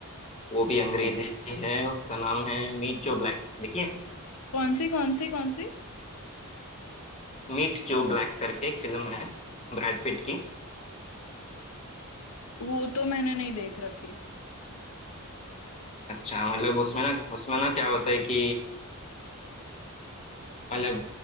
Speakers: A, on the left (about 30°); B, on the left (about 80°).
A: वो भी अंग्रेजी है उसका नाम है मीट जो ब्लैक देखिए
B: कौन सी कौन सी कौन सी
A: मीट जो ब्लैक करके एक फिल्म है ब्रैड पिट की
B: वो तो मैंने नहीं देख रखी
A: अच्छा मतलब उसमें ना उसमें ना क्या होता है कि मतलब